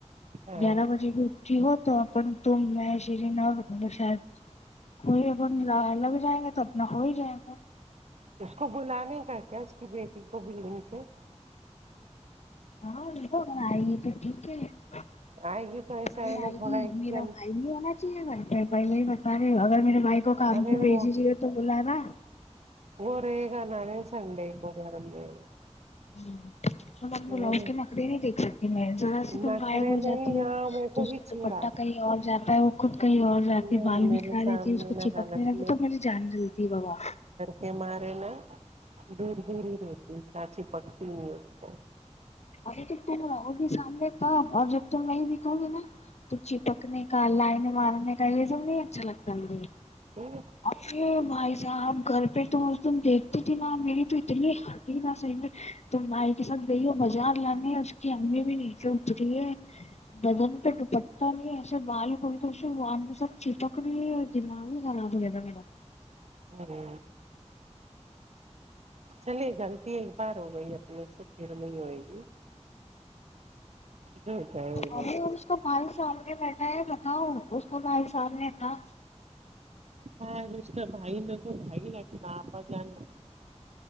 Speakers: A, on the right; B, on the left.
A: ہاں
B: گیارہ بجے بھی اٹھتی ہو تو اپن تم میں شیری اور بشائے پورے اپن لگ جائیں گے تو اپنا ہو ہی جائے گا
A: اس کو بلانے کا کیا اس کی بیٹی کا بلنگ پہ
B: ہاں ان کو اگر آئی ہے تو ٹھیک ہے نہیں
A: آئے گی تو ایسا ہے نا
B: آئے
A: تھوڑا
B: گی
A: ایک
B: میرا
A: جن
B: بھائی بھی ہے نہ گھر پہ پہلے ہی بتا رہے ہو اگر میرے بھائی کو کام
A: ارے
B: پے بھی
A: وہ
B: بھیج رہی ہو تو بلا نا
A: وہ رہے گا نانے سنڈے کو گھر میں
B: ہوں تو بلاوز
A: اور
B: کے مکری نہیں دیکھ سکتی میں ذرا سی تم
A: نہ
B: غائب
A: کرے
B: ہو
A: نہیں
B: جاتی
A: یہاں
B: ہو
A: میرے
B: تو
A: کو
B: اس
A: بھی
B: کا
A: چڑا
B: دوپٹہ کہیں اور جاتا ہے وہ خود کہیں اور رات
A: نہیں
B: میں بال
A: میرے
B: بکھرا
A: سامنے
B: لیتی ہے اس کو
A: نہ
B: چپکنے
A: حالت
B: لگتی تو میری جان جلتی ہے بابا
A: میں مارے نا دور دور ہی رہتی اتنا چپکتی نہیں اسکو
B: ارے تو تم رہو گی سامنے تب اور جب تم نہیں دکھو گی نا تو چپکنے کا لائن مارنے کا یہ سب نہیں اچھا لگتا مجھے
A: ہوں
B: ارے بھائی صاحب گھر پہ اس دن تو تم دیکھتی تھی نا میری تو اتنی ہٹی نا صحیح میں تم بھائی کے ساتھ گئی ہو بازار لانے اس کی امی بھی نیچے اتری ہے بدن پہ دوپٹہ نہیں ایسے بال کو تو وہ ہم سب کے ساتھ چپک نہیں دماغ ہی خراب ہو گیا تھا میرا
A: ارے چلیے غلطی ایک بار ہو گئی اپنے سے پھر میں نہیں ہوئے گی ج گئے ادھر
B: ارے اب اس کا بھائی سامنے بیٹھا ہے بتاو اس کو بھائی سامنے تھا
A: ہاں اس کا بھائی میں کو تو بھائی نہیں لگتا آپا جان ہے